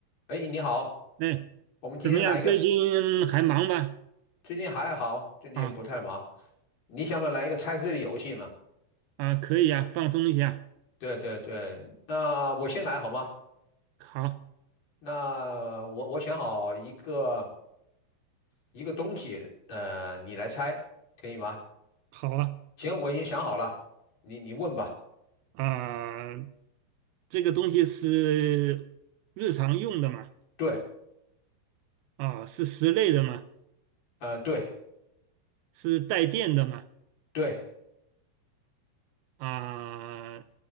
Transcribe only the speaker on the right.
哎，
怎么样？最近还忙吗？
啊
啊，可以啊，放松一下。
好，
好啊，
啊，这个东西是日常用的嘛？
啊，是室内的嘛？
是带电的嘛？
啊，